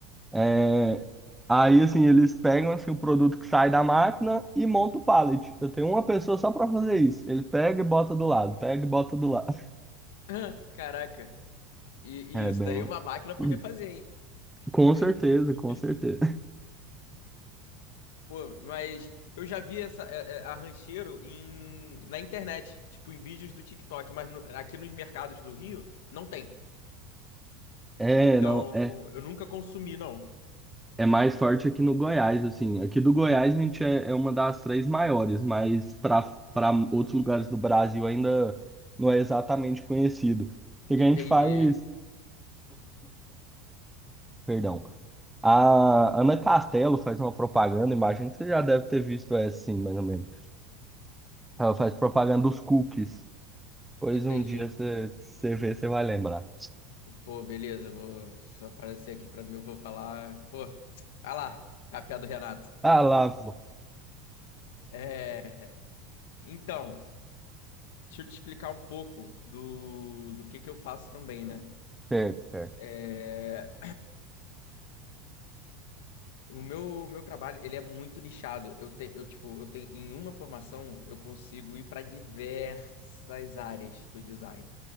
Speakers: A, in the centre; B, on the left.
A: É, Aí, assim, eles pegam assim, o produto que sai da máquina e monta o pallet. Eu tenho uma pessoa só pra fazer isso. Ele pega e bota do lado, pega e bota do lado.
B: Ah, Caraca, e,
A: É
B: e isso
A: bem.
B: daí uma máquina podia
A: <clears throat>
B: fazer, hein?
A: Com
B: <laughs>
A: certeza, com certeza.
B: Pô, mas eu já vi essa é, é, a rancheiro em, na internet, tipo em vídeos do TikTok, mas no- aqui nos mercados do Rio não tem.
A: É,
B: Então
A: não. é,
B: eu nunca consumi, não.
A: é mais forte aqui no Goiás, assim. Aqui do Goiás a gente é, é uma das três maiores, mas para para outros lugares do Brasil ainda não é exatamente conhecido. O que
B: Entendi,
A: que a gente faz, perdão, a Ana Castelo faz uma propaganda, imagino que você já deve ter visto essa, sim, mais ou menos. Ela faz propaganda dos cookies. Pois
B: entendi.
A: um dia você você vê, você vai lembrar.
B: Pô, beleza, eu vou se aparecer aqui pra mim, eu vou falar. Pô, ah lá, café do Renato.
A: Ah lá,
B: É, então, deixa eu te explicar um pouco do, do que que eu faço também, né?
A: certo, certo.
B: É, O meu, meu trabalho, ele é muito nichado. Eu tenho, eu, tipo, eu tenho, em uma formação, eu consigo ir para diversas áreas do design.